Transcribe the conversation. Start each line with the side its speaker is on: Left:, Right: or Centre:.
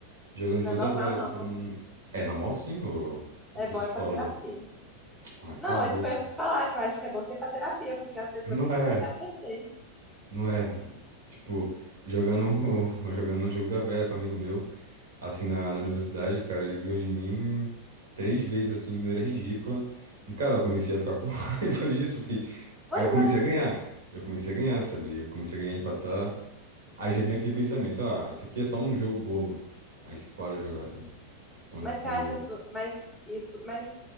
Right: Jogando um jogo
Centre: é normal,
Right: da velha
Centre: não.
Right: com. É normal sim, o, o
Centre: É
Right: psicólogo.
Centre: bom ir pra terapia.
Right: Ah,
Centre: Não,
Right: cala a boca.
Centre: é isso que eu ia falar, que eu acho que é bom ser pra terapia, porque as pessoas
Right: Não
Centre: têm que
Right: é,
Centre: aprender a perder.
Right: não é. Tipo, jogando, <laughs> jogando um jogo da velha com um amigo meu, assim, na, na universidade, cara, ele ganhou de mim três vezes, assim, de maneira ridícula. E, cara, eu comecei a ficar com <laughs> raiva disso, porque.
Centre: Pois
Right: Aí eu comecei
Centre: é,
Right: a ganhar. Eu comecei a ganhar, sabe? Eu comecei a ganhar, empatar. Aí já vem aquele pensamento, ah, isso aqui é só um jogo bobo. Aí você para de jogar, sabe? Então,
Centre: mas
Right: tipo,
Centre: você acha isso, mas isso, mas,